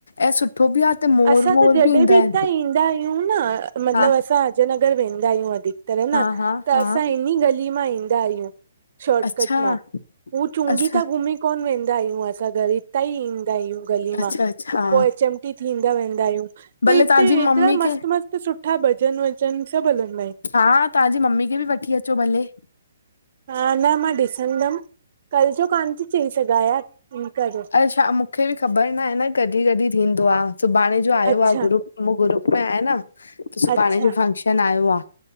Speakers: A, on the left (about 80°); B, on the right (about 55°).
A: ऐं सुठो बि आ त मोर
B: असां
A: वोर
B: त जॾहिं
A: ईंदा
B: बि हितां
A: आहिनि
B: ईंदा आहियूं न मतिलबु
A: हा
B: असां अजय नगर वेंदा आहियूं अधिक तर
A: हा
B: न
A: हा
B: त
A: हा
B: असां इन्हिं गली मां ईंदा आहियूं। शोर्टकट
A: अच्छा
B: मां, हू चूंंगी
A: अच्छा
B: ता घुमी कोन वेंदा आहियूं, असां घर इतांई ईंदा आहियूं गली
A: अच्छा
B: मां
A: अच्छा हा
B: पो थींदा, वेंदा आहियूं
A: भले
B: त हिते
A: तव्हांजी
B: एतिरा
A: मम्मी
B: मस्त
A: खे
B: मस्त सुठा भॼन वॼन सभु हलंदा आहिन।
A: हा तहांजी मम्मी खे बि वठी अचो भले।
B: हा, न मां ॾिसंदमि, कल जो कॉन थी चई सघां‌ यार। इन करे
A: अच्छा मूंखे बि ख़बर ना आहे न कॾि कॾि थींदो आ। सुभांणे अॼ आयो
B: अच्छा
A: आ ग्रुप, ग्रुप में आयां न सुभांणे
B: अच्छा
A: जो फंक्शन आयो आ।